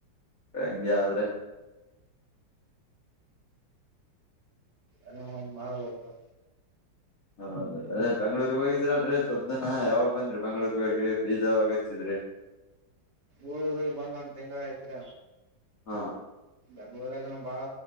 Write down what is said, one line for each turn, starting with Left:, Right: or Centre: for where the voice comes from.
Left: ಹಂಗೆ ಆದ್ರೆ.
Right: ಏನೋ ಒಂದ ಮಾಡ್ಬೇಕು.
Left: ಹೌದ ಅದೇ ಬೆಂಗ್ಳೂರ್ಗ್ ಹೋಗಿದ್ರಲ್ರೀ ಸುದ್ದನ ಯಾವಾಗ ಬಂದ್ರಿ ಬೆಂಗ್ಳೂರ್ಗ ಹೋಗಿ. ಬೀಜಾವಾಗ ಹಚ್ಚಿದ್ರೆ.
Right: ಊರಿಗೆ ಹೋಗಿ ಬಂದ ಒಂದ ತಿಂಗಳ ಆಯ್ತ್ರ.
Left: ಹಾ
Right: ಬೆಂಗ್ಳೂರ್ದನ ಬಾಳ